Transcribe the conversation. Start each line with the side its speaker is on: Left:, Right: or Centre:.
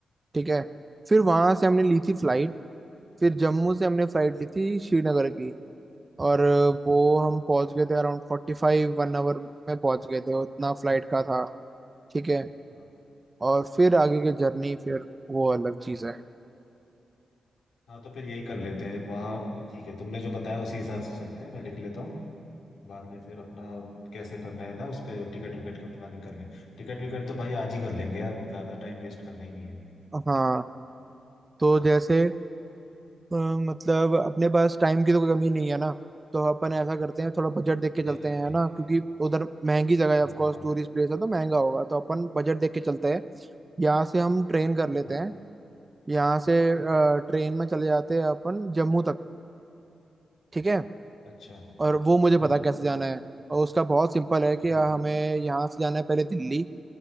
Right: ठीक है फिर वहां से हमने ली थी फ्लाइट फिर जम्मू से हमने फ्लाइट ली थी श्रीनगर की और अ,
Left: हाँ
Right: वो हम पहुंच गए थे अराउंड फोर्टी फाइव वन आवर में पहुंच गए थे उतना फ्लाइट का था ठीक है
Left: हाँ
Right: और फिर आगे की जर्नी फिर वो अलग चीज़ है
Left: हाँ, तो फिर यही कर लेते हैं वहाँ ठीक है तुमने जो बताया उसी हिसाब से चलते हैं मैं लिख लेता हूँ बाद में फिर अपना कैसे करना है ना उस पे टिकट विकट का प्लानिंग कर लें टिकट विकट तो भाई आज ही कर लेंगे यार ज़्यादा टाइम वेस्ट करना ही नहीं है
Right: हाँ तो जैसे अ, मतलब अपने पास टाइम की तो कोई कमी नहीं है ना तो अपन ऐसा करते हैं थोड़ा बजट देख के चलते
Left: नहीं
Right: हैं है ना क्योंकि उधर महंगी जगह है
Left: हाँ
Right: ऑफ कोर्स
Left: हाँ
Right: टूरिस्ट प्लेस है तो महंगा होगा तो अपन बजट देख के चलते हैं यहाँ से हम ट्रेन कर लेते
Left: हाँ
Right: हैं यहाँ से ट्रेन में चले जाते हैं अपन जम्मू तक ठीक है
Left: अच्छा
Right: और वो मुझे
Left: हाँ
Right: पता है कैसे जाना है और उसका बहुत सिंपल है कि
Left: हाँ
Right: अ, हमें यहाँ से जाना है पहले दिल्ली